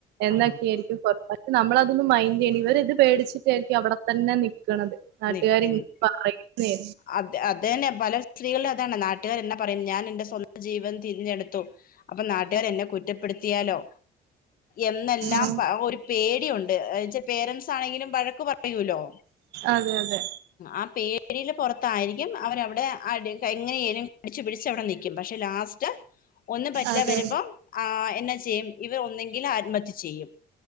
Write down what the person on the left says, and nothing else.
ആ
നിക്കുന്നു
അത് അത്തന്നെ പല സ്ത്രീകള അതാണ് നാുകാര് എന്നാ പറയും ഞൻ സ്വന്തം ജീവൻ തിരഞ്ഞെടുത്തു അപ്പം നാട്ടുകാര് എന്നെ കുറ്റപ്പെടുത്തിയാലോ എന്നെല്ലാം
പ ഒരു പേര് ടി ഉണ്ട് അയച്ച പേരന്റ്സ് ആണെങ്കിലും വഴക്ക് പറയൂലോ
ആ പേടിൽ പുറത്തായിരിക്കും അവരവിടെ എങ്ങനെയാലും കടിച്ചു പിടിച്ച് അവിടെ നിൽക്കും പക്ഷെ ലാസ്റ്റ് ഒന്നും പറ്റില്ല
വരുമ്പോം ആ എന്നാ ചെയ്യും ഇവർ ഒന്നെങ്കിലും ആത്മഹത്യ ചെയ്യും